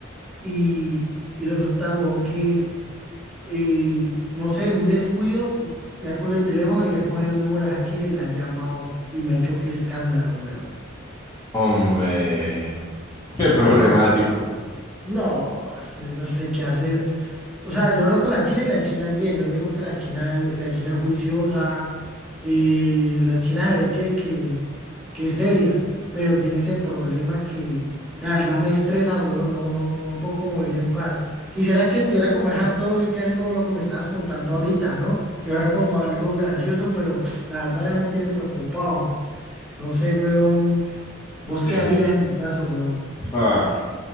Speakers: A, in the centre; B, on the left (about 15°).
A: Y, y resulta, weón, que, eh, no sé, en un descuido me ha cogido el teléfono y ha cogido el número de esa china y la ha llamado y me ha hecho que escándalo, weón.
B: hombre, <laughs> qué problemático.
A: No, no, parce, yo no sé qué hacer. O sea, yo hablo con la China y la China es bien. Yo no digo que la China, la China es juiciosa, eh, la China se ve que, que, que es seria, pero tiene ese problema que la verdad me estresa, huevón. No, no, no puedo como vivir en paz. Quisiera que tuviera como esa tónica, así como lo que me estabas contando ahorita, ¿no? Que era como algo gracioso, pero la verdad ya me tiene preocupado. No sé, huevón, ¿vos qué
B: Sí,
A: harías
B: sí.
A: en mi caso, huevón?
B: Ah,